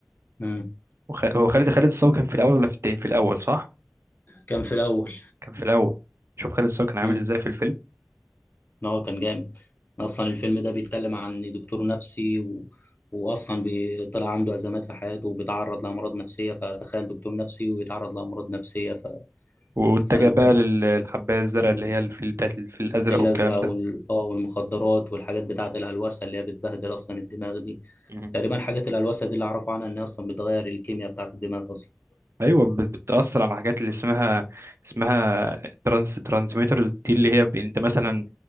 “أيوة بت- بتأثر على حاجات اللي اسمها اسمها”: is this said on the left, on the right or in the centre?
Right